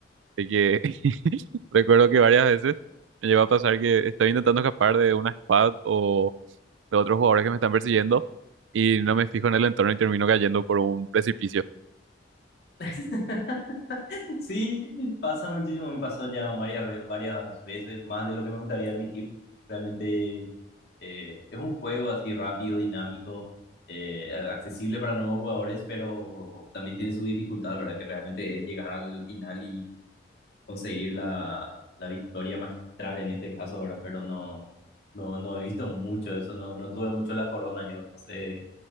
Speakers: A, on the right (about 85°); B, on the left (about 55°).
A: De que <laughs> recuerdo que varias veces me llegó a pasar que estoy intentando escapar de una squad o de otros jugadores que me están persiguiendo y no me fijo en el entorno y termino cayendo por un precipicio.
B: <laughs> Sí, pasa muchísimo, me pasó ya varias, ve- varias veces, más de lo que me gustaría admitir. Realmente eh, es un juego así rápido, dinámico, eh, a- accesible para nuevos jugadores, pero también tiene su dificultad, ¿verdad? Que realmente es llegar al final y conseguir la, la victoria magistral en este caso, ¿verdad? Pero no, no, no he visto mucho eso, no, no tuve mucho la corona yo, no sé